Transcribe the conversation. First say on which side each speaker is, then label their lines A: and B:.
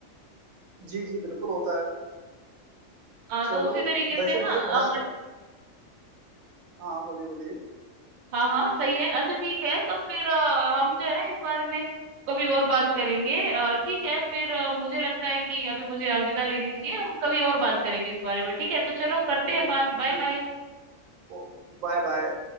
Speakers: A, on the right (about 80°); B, on the right (about 50°).
A: जी जी बिल्कुल होता है
B: अ,
A: चलो
B: तो उसी तरीके से
A: वैसे
B: ना
A: मुझे थोड़ा
B: अ,
A: हाँ बोलिए बोलिए
B: हाँ हाँ सही है अच्छा ठीक है तो फिर अ, हम जो है ना इस बारे में कभी और बात करेंगे अ, ठीक है फिर अ, मुझे लगता है कि अभी मुझे अलविदा लेनी चाहिए हम कभी और बात करेंगे इस बारे में ठीक है तो चलो करते हैं
A: ओ
B: बात
A: ठीक
B: Bye bye
A: ओ बाय बाय